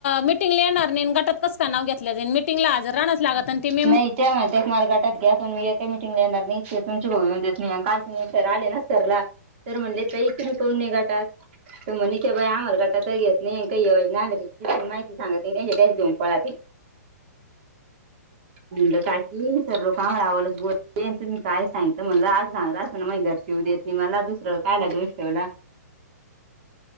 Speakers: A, on the left (about 45°); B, on the right (about 45°).
A: मिटिंगला येणार नाहीन गटात कस का नाव घेतलं जाई मिटिंगला हाजर राहणच लागत. आणि ते मेंबर
B: नाही त्या म एक मार्गाटा त्यापण एका मिटींगला येणार नाही त्या तुमच्या <unintelligible> काल तर सर आलेतर म्हणले ताई तुम्ही काहुन नाही गटात तर म्हणे बाई आम्हाला गटातचं घेत नाही आणि काही योजना आल्या तर माहितीपण सांगत नाही तेनचं तेनी घेऊन पळाले. म्हणलं काकी सर लोक आम्हालाच बोलते, तुम्ही काय सांगितलं म्हणलं, असं सांगत असत ना माये घरचे येउ देत नाही मला दुसरं कायला दोष ठेवला.